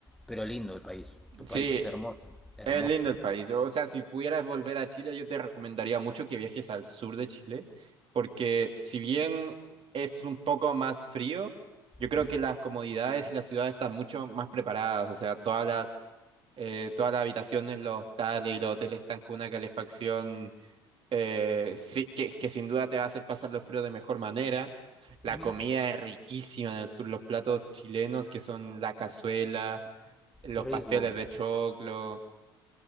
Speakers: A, in the centre; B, on the right (about 45°).
A: Pero lindo el país. Tu
B: Sí,
A: país es hermoso, hermoso.
B: es lindo el país. O sea, si pudieras volver a Chile, yo te recomendaría mucho que viajes al sur de Chile, porque si bien es un poco más frío, yo creo
A: Ujú,
B: que las comodidades y las ciudades están mucho más preparadas. O sea, todas las, eh, todas las habitaciones, los hostales y los hoteles están con una calefacción eh, sí, que, que sin duda te va a hacer pasar los fríos de mejor manera. La
A: ujú.
B: comida es riquísima en el sur, los platos chilenos que son la cazuela, los
A: Qué rico.
B: pasteles de choclo.